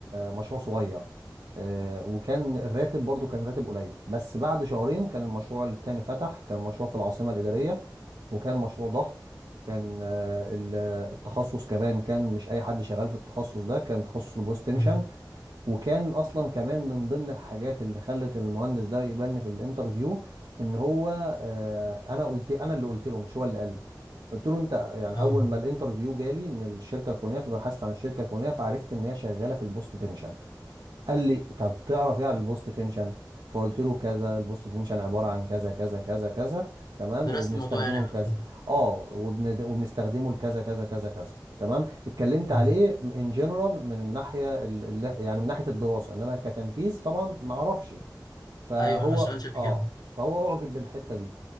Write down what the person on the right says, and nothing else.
مشروع صغير آه، وكان الراتب برضو كان راتب قليل بس بعد شهرين كان المشروع التاني فتح كان مشروع في العاصمة الإدارية وكان مشروع ضخم كان آه، ال- التخصص كمان كان مش أي حد شغال في التخصص ده كان تخصص البوست تنشن
وكان أصلا كمان من ضمن الحاجات اللي خلت المهندس ده يقبلني في الانترفيو إن هو آه، أنا قلت أنا اللي قلت له مش هو اللي قال قلت له انت يعني
اول ما الانترفيو جالي من الشركه الفلانيه فبحثت عن الشركه الفلانيه فعرفت ان هي شغاله في البوست تنشن قال لي طب تعرف ايه عن البوست تنشن فقلت له كذا البوست تنشن عباره عن كذا كذا كذا كذا تمام
وبنستخدمه
لكذا
اه وبن... وبنستخدمه لكذا كذا كذا كذا تمام اتكلمت
عليه ان جنرال من الناحيه ال... ال- يعني من ناحيه الدراسه انما كتنفيذ طبعا ما اعرفش فهو
اه
فهو اعجب بالحته دي